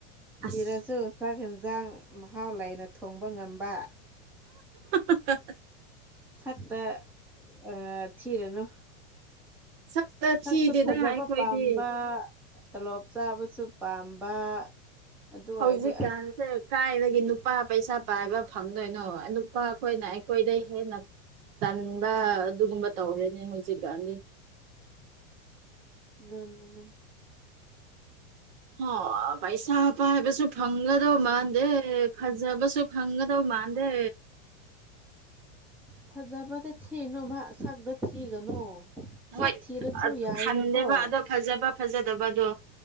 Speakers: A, in the centre; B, on the right.
A: ꯊꯤꯔꯁꯨ
B: ꯑꯁ
A: ꯆꯥꯛ ꯌꯦꯟꯁꯥꯡ ꯃꯍꯥꯎ ꯂꯩꯅ ꯊꯣꯡꯕ ꯉꯝꯕ
B: <unintelligible>
A: ꯁꯛꯇ ꯑ ꯊꯤꯔꯅꯨ
B: ꯁꯛꯇ
A: ꯁꯛꯁꯨ
B: ꯊꯤꯗꯦꯗ
A: ꯐꯖꯕ
B: ꯑꯩꯈꯣꯏꯗꯤ
A: ꯄꯥꯝꯕ ꯇꯣꯂꯣꯞ ꯆꯥꯕꯁꯨ ꯄꯥꯝꯕ ꯑꯗꯨ
B: ꯍꯧꯖꯤꯛꯀꯥꯟꯁꯦ
A: ꯑꯣꯏꯔꯗꯤ ꯑꯁ
B: ꯀꯥꯏꯗꯒꯤ ꯅꯨꯄꯥ ꯄꯩꯁꯥ ꯄꯥꯏꯕ ꯐꯪꯗꯣꯏꯅꯣ ꯅꯨꯄꯥ ꯑꯩꯈꯣꯏꯅ ꯑꯩꯈꯣꯏꯗꯩ ꯍꯦꯟꯅ ꯇꯟꯕ ꯑꯗꯨꯒꯨꯝꯕ ꯇꯧꯔꯦꯅꯦ ꯍꯧꯖꯤꯛꯀꯥꯟꯗꯤ
A: ꯂꯅꯦꯅꯦ <inaudible>
B: ꯍꯣ ꯄꯩꯁꯥ ꯄꯥꯢꯕꯁꯨ ꯐꯪꯒꯗꯧ ꯃꯥꯥꯟꯗꯦ ꯐꯖꯕ ꯁꯨ ꯍꯪꯒꯗꯕ ꯃꯥꯟꯗꯦ
A: ꯐꯖꯕꯗ ꯊꯤꯅꯨ ꯃꯥ ꯁꯛꯗ ꯊꯤꯒꯅꯨ
B: ꯍꯣꯏ
A: ꯁꯛ ꯊꯤꯔꯁꯨ
B: ꯑ
A: ꯌꯥꯏꯕꯀꯣ
B: ꯈꯟꯗꯦꯕ ꯑꯗ‌ꯣ ꯐꯖꯕ ꯐꯖꯗꯕꯗꯣ